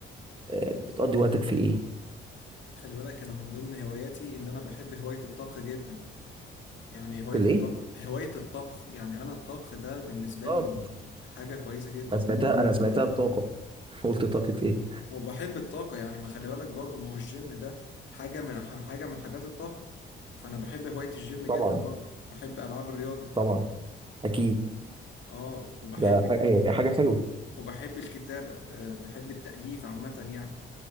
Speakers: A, on the right; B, on the left.
A: آه، بتقضي وقتك في ايه
B: خلي بالك انا من ضمن هواياتي ان انا بحب هواية الطبخ جدا يعني هواية
A: في الايه
B: الطبخ هواية الطبخ يعني انا الطبخ ده بالنسبة
A: طب
B: لي حاجة كويسة جدا
A: انا سمعتها
B: خلي بالك
A: انا سمعتها الطاقه <laughs> قلت طاقه ايه
B: وبحب الطاقة يعني ما خلي بالك برضه ما هو الجيم ده حاجة من حاجة من حاجات الطاقة فانا بحب هواية الجيم جدا
A: طبعا
B: برضه بحب العاب الرياضة
A: طبعا اكيد
B: اه وبحب
A: ده حاجه هي حاجه حلوه
B: وبحب الكتابة أه بحب التأليف عامة يعني